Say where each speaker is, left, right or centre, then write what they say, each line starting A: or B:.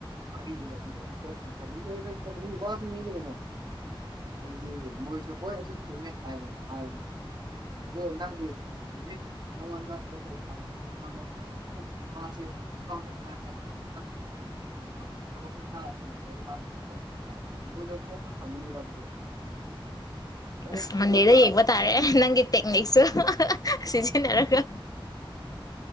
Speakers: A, on the right; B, on the left.
A: ꯇꯥꯕꯤꯗ꯭ꯔꯦ ꯑꯗꯨꯗꯤ ꯑꯩꯁꯨ ꯇꯣꯛꯇ꯭ꯔꯦ ꯍꯥꯏꯕ ꯂꯣꯏ꯭ꯔ ꯑꯗꯨꯗ ꯃꯤ ꯃꯥꯁꯨ ꯃꯤꯅꯤ ꯀꯩꯅꯣ ꯑꯗꯨꯗꯤ ꯃ ꯆ ꯍꯣꯏ ꯑꯗꯨ ꯆꯨꯝꯃꯦ ꯍꯥꯏꯔꯦ ꯍꯥꯏꯔꯅꯤ ꯑꯗꯣ ꯅꯪꯒꯤ ꯍꯧꯖꯤꯛ ꯅꯪꯉꯣꯟꯗ ꯊꯕꯛ ꯇꯧꯕ ꯀꯥꯟꯗꯁꯨ ꯅꯪꯉꯣꯟꯁꯨ ꯃꯥꯁꯦ ꯍꯥꯏ ꯍ ꯄ꯭ꯔꯣꯁꯤ ꯊꯥ ꯃꯥꯔ ꯋꯥꯔ ꯕꯨꯂ ꯀꯣꯛꯄ ꯊꯃꯅꯤ ꯋꯥ ꯑꯗꯨꯗꯣ ꯑꯣꯅꯦꯁꯇꯤꯗꯣ
B: ꯑ ꯃꯟꯗꯦꯗ
A: ꯈꯔ
B: ꯌꯦꯡꯕ ꯇꯥꯔꯦ
A: ꯁꯤꯖꯤꯟꯅꯧ
B: ꯅꯪꯒꯤ ꯇꯦꯛꯅꯤꯛꯁꯨ ꯁꯤꯁꯤꯟꯅꯔꯒ